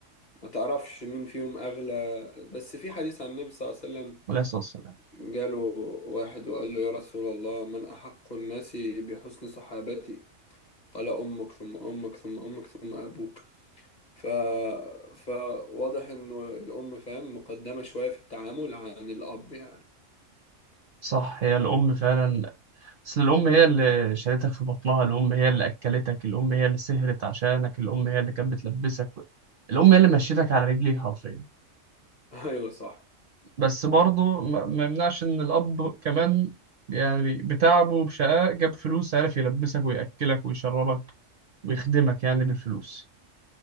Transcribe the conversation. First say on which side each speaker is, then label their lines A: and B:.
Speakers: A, on the left; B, on the right.
A: ما تعرفش مين فيهم اغلى بس في حديث عن النبي صلى الله عليه وسلم
B: عليه الصلاة والسلام
A: جاله واحد وقال له يا رسول الله من احق الناس بحسن صحابتي على أمك ثم أمك ثم أمك ثم أبوك ف... فواضح إنه الأم فاهم مقدمة شوية في التعامل عن الأب يعني
B: صح هي الأم فعلا أصل الأم هي اللي شالتك في بطنها الأم هي اللي أكلتك الأم هي اللي سهرت عشانك الأم هي اللي كانت بتلبسك الأم هي اللي مشيتك على رجليك حرفيا
A: <laughs> أيوه صح
B: بس برضه ما ما يمنعش إن الأب كمان يعني بتعبه وبشقاء جاب فلوس عارف يلبسك ويأكلك ويشربك ويخدمك يعني بالفلوس